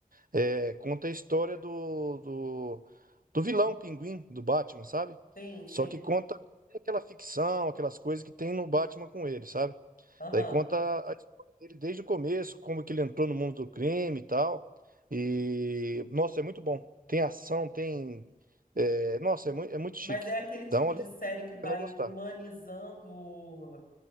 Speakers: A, on the right; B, on the left.
A: É, conta a história do, do, do vilão Pinguim do Batman, sabe?
B: Sim, sim.
A: Só que conta aquela ficção, aquelas coisas que tem no Batman com ele, sabe?
B: Aham.
A: Daí conta a história dele desde o começo, como que ele entrou no mundo do crime e tal. E, nossa, é muito bom. Tem ação, tem. é, nossa, é mui- é muito chique.
B: Mas é aquele tipo
A: Dá uma
B: de
A: você
B: série que vai
A: vai gostar.
B: humanizando o,